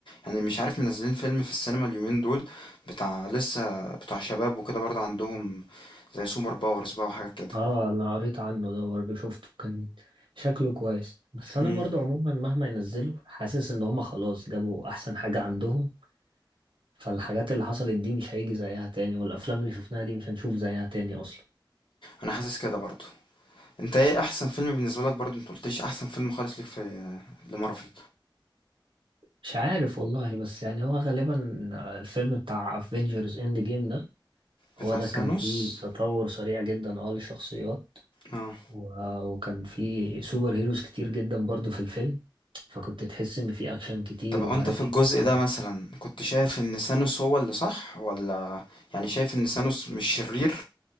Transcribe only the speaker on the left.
يعني مش عارف منزلين فيلم في السينما اليومين دول بتاع لسه بتاع شباب وكده برضه عندهم زي سوبر باورز بقى وحاجات كده
مم.
انا حاسس كده برضه انت ايه احسن فيلم بالنسبه لك برضه انت قلتليش احسن فيلم خالص ليك في لمارفل
بتاع
سانوس
اه
طب هو
انت في
الجزء
ده مثلا كنت شايف ان سانوس هو اللي صح ولا يعني شايف ان سانوس مش شرير